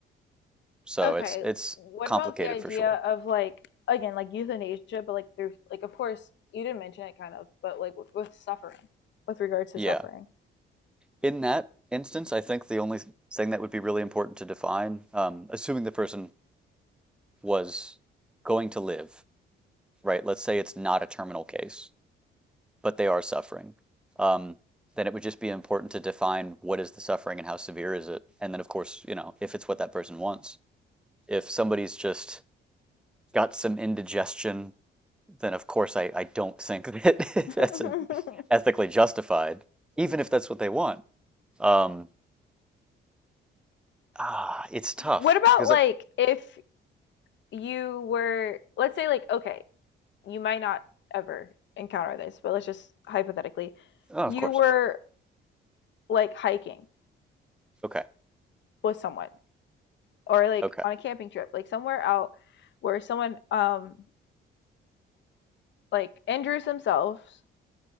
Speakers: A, in the centre; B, on the left (about 65°).
A: So
B: Okay.
A: it's it's
B: What
A: complicated
B: about the idea
A: for sure.
B: of like again like euthanasia, but like through like of course you didn't mention it kind of, but like with, with suffering, with regards to
A: Yeah.
B: suffering.
A: In that instance, I think the only thing that would be really important to define, um, assuming the person was going to live, right? Let's say it's not a terminal case but they are suffering, um, then it would just be important to define what is the suffering and how severe is it. And then, of course, you know, if it's what that person wants. If somebody's just got some indigestion, then of course I, I don't think that
B: <laughs>
A: <laughs> that's a, ethically justified, even if that's what they want. Um, ah, it's tough
B: what about
A: because
B: like
A: I,
B: if you were, let's say, like, okay, you might not ever encounter this, but let's just hypothetically,
A: oh, of
B: you
A: course.
B: were like hiking
A: Okay.
B: with someone or like
A: Okay.
B: on a camping trip, like somewhere out where someone um like injures themselves